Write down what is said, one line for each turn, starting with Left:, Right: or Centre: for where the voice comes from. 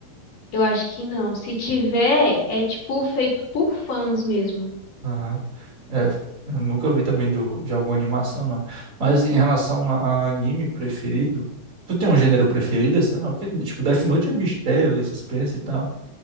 Left: Eu acho que não. Se tiver, é tipo feito por fãs mesmo.
Right: Aham. É, eu nunca vi também do, de alguma animação, não. Mas em relação a, a anime preferido, tu tem um gênero preferido, assim, ou não? Porque, tipo, Death Note é mistério, ali, suspense e tal.